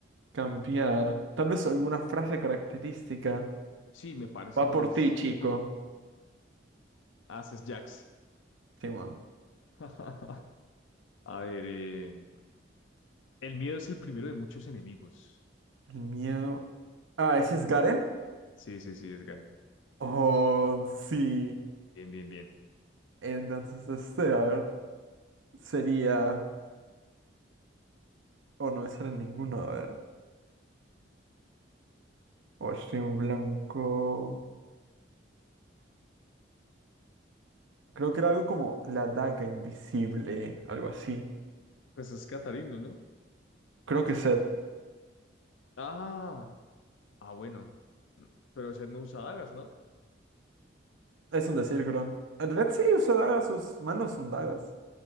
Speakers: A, on the right; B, on the left.
A: cambiar. Tal vez alguna frase característica.
B: Sí, me parece
A: Va
B: más
A: por ti, chico.
B: Ases Jax.
A: Simón.
B: <laughs> A ver, eh, el miedo es el primero de muchos enemigos.
A: El miedo. Ah, ¿ese es Garen?
B: Sí, sí, sí, es Gan.
A: Oh, sí.
B: Bien, bien, bien.
A: Entonces este, a ver, sería. o no me sale ninguno, a ver. O estoy en blanco. Creo que era algo como la daga invisible, algo así.
B: Pues es Catarina, ¿no?
A: Creo que Seth.
B: Ah, ah, bueno. N- Pero Seth no usa dagas, ¿no?
A: Es un decir, creo. En realidad sí, usa dagas, sus manos son dagas.